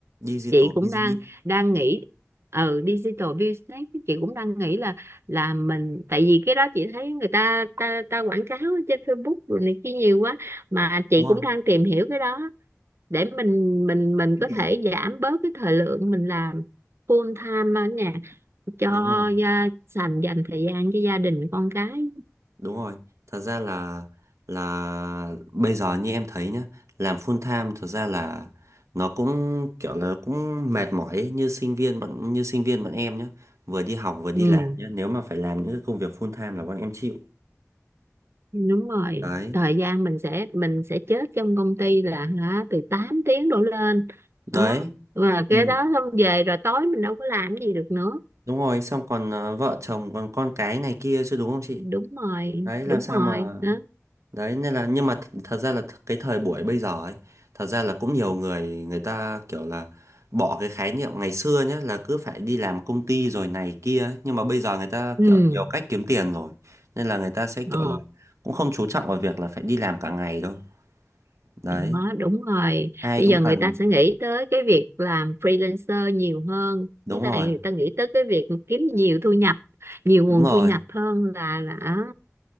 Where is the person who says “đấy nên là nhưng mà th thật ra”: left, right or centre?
Right